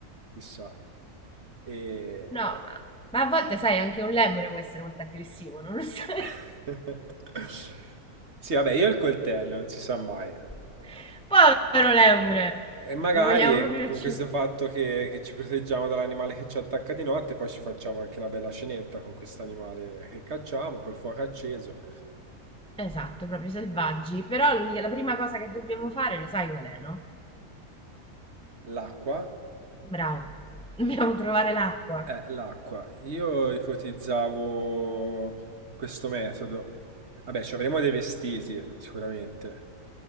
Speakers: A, on the right; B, in the centre.
A: chissà. E...
B: No, ma, ma a volte sai, anche un lemure può essere molto aggressivo, non lo sai?
A: <laughs> Sì, vabbè, io il coltello, non si sa mai.
B: <laughs> Povero lemure!
A: E magari
B: Lo vogliamo proprio
A: con
B: uccidere.
A: questo fatto che, che ci proteggiamo dall'animale che ci attacca di notte, poi ci facciamo anche una bella scenetta con questo animale che cacciamo, col fuoco acceso,
B: Esatto, proprio selvaggi. Però l'unica- la prima cosa che dobbiamo fare, lo sai qual è, no?
A: l'acqua.
B: Bravo. Dobbiamo trovare l'acqua.
A: Eh, l'acqua. Io ipotizzavo questo metodo. Vabbè, ci avremo dei vestiti, sicuramente.